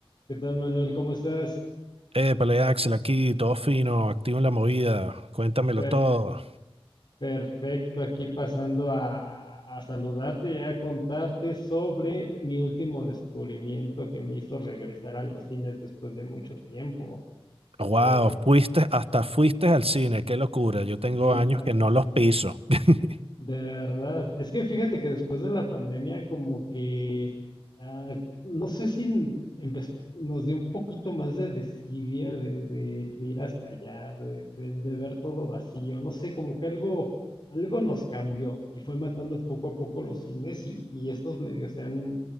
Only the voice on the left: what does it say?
¿Qué tal, Manuel? ¿Cómo estás?
Per-
perfecto, aquí pasando a, a saludarte y a contarte sobre mi último descubrimiento que me hizo regresar a los cines después de mucho tiempo.
Eh,
fui
al
cine.
De verdad, es que fíjate que después de la pandemia como que, ah, no sé si n- empe- nos dio un poquito más de desidia de, de- de ir hasta allá, de, de- de ver todo vacío, no sé, como que algo, algo nos cambió y fue matando poco a poco los cines y, y estos medios se han,